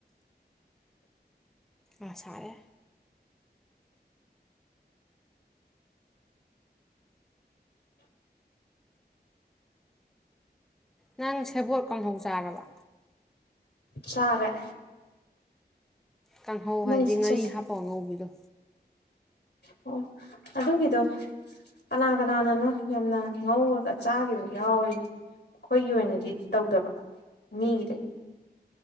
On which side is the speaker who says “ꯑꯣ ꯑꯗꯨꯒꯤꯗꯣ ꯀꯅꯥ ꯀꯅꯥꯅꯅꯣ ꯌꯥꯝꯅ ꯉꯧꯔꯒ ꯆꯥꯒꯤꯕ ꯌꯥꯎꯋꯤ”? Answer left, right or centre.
Left